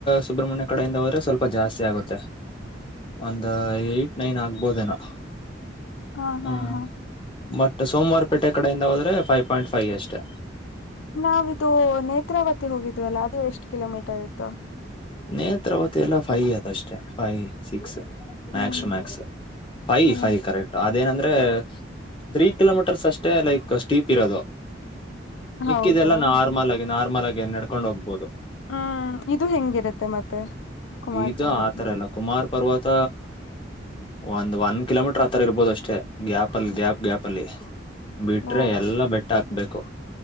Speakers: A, on the left; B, on the left.
A: ಸುಬ್ರಹ್ಮಣ್ಯ ಕಡೆಯಿಂದ ಹೋದ್ರೆ ಸ್ವಲ್ಪ ಜಾಸ್ತಿ ಆಗುತ್ತೆ ಒಂದ ಏಟ್ ನೈನ್ ಆಗ್ಬೋದೇನೋ
B: ಹಾ ಹಾ
A: ಹ್ಮ್
B: ಹಾ
A: ಬಟ್ ಸೋಮವಾರ ಪೇಟೆ ಕಡೆಯಿಂದ ಹೋದ್ರೆ ಫೈವ್ ಪಾಯಿಂಟ್ ಫೈವ್ ಅಷ್ಟೇ
B: ನಾವಿದು ನೇತ್ರಾವತಿ ಹೋಗಿದ್ವಲ್ಲ ಅದು ಎಷ್ಟ್ ಕಿಲೋಮೀಟರ್ ಇತ್ತು
A: ನೇತ್ರಾವತಿ ಎಲ್ಲ ಫೈ ಅದಷ್ಟೇ ಫೈ ಸಿಕ್ಸ್ ಮ್ಯಾಕ್ಸ್
B: ಹ್ಮ್
A: ಮ್ಯಾಕ್ಸ್ ಫೈ
B: ಹ್ಮ್
A: ಫೈ ಕರೆಕ್ಟ್ ಅದೇನಂದ್ರೆ ತ್ರೀ ಕಿಲೋಮೀಟರ್ಸ್ ಅಷ್ಟೇ ಲೈಕ್ ಸ್ಟೀಪ್ ಇರೋದು ಮಿಕ್ಕಿದೆಲ್ಲ
B: ಹೌದಾ
A: ನಾರ್ಮಲ್ ಆ ನಾರ್ಮಲ್ ಆಗಿ ಏ ನಡ್ಕೊಂಡ ಹೋಗ್ಬಹುದು
B: ಹ್ಮ್ ಇದು ಹೆಂಗಿರುತ್ತೆ ಮತ್ತೆ ಕುಮಾರ್
A: ಇದು
B: ಪಾರ್ವತಿ
A: ಆತರ ಇಲ್ಲ ಕುಮಾರ್ ಪರ್ವತ ಒಂದ್ ಒನ್ ಕಿಲೋಮೀಟರ್ ಆ ತರ ಇರ್ಬೋದು ಅಷ್ಟೇ ಗ್ಯಾಪ್ ಅಲ್ಲಿ ಗ್ಯಾಪ್ ಗ್ಯಾಪ್ ಅಲ್ಲಿ ಬಿಟ್ರೆ
B: ಓ
A: ಎಲ್ಲಾ ಬೆಟ್ಟ ಹತ್ಬೇಕು